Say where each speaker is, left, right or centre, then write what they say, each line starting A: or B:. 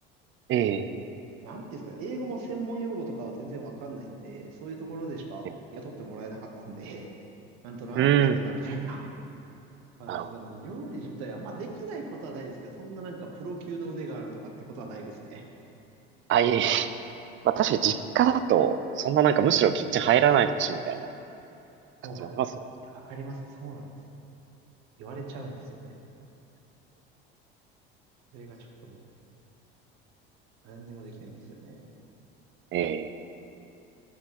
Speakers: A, on the right (about 40°); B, on the right (about 65°).
A: ええ
B: なんて言うんですかね。英語も専門用語とかは全然わかんないんで、そういうところでしか雇ってもらえなかったんで、
A: え
B: なんとなくやってたみたいな
A: うん、うん
B: 感じなので、
A: なるほどな。
B: 料理自体は、まあできないことはないですけど、そんななんかプロ級の腕があるとかってことはないですね。
A: あ、いえいえ。まあ確かに実家だと、そんななんかむしろキッチン入らないでほしいみたいな感じもありますよ
B: そうなんです。いや、わかります。そうなんです。言われちゃうんですよね。それがちょっともう何にもできないんですよね。
A: ね。ええ